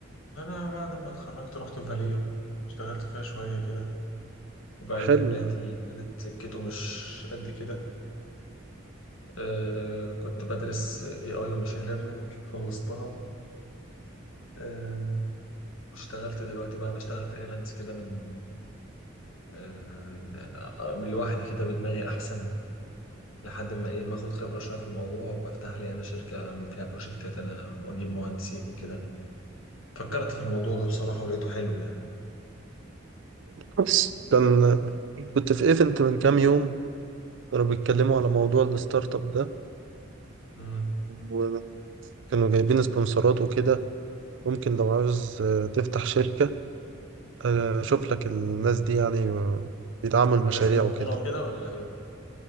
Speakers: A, on the left; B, on the right.
A: انا بعد ما اتخرجت رحت فاليو اشتغلت فيها شويه كده وبعدين
B: حلو
A: لقيت
B: يعني.
A: ال- لقيت سكته مش قد كده آه كنت بدرس اي اي وماشين ليرنينج خلصتها آه واشتغلت دلوقتي بقى بشتغل فريلانس كده من آه، من لوحدي كده بدماغي احسن لحد ما ايه ما اخد خبره شويه في الموضوع وابقى افتح لي انا شركه أعمل فيها بروجكتات انا واجيب مهندسين وكده فكرت في الموضوع ده بصراحه ولقيته حلو يعني
B: بس كان كنت في ايفنت من كام يوم كانوا بيتكلموا على موضوع الستارت اب ده
A: امم
B: وكانوا جايبين سبونسرات وكده ممكن لو عاوز آه، تفتح شركة آه، أشوف لك الناس دي يعني آه، بيدعموا المشاريع
A: والناس دي مضمونه
B: وكده
A: وكده ولا ايه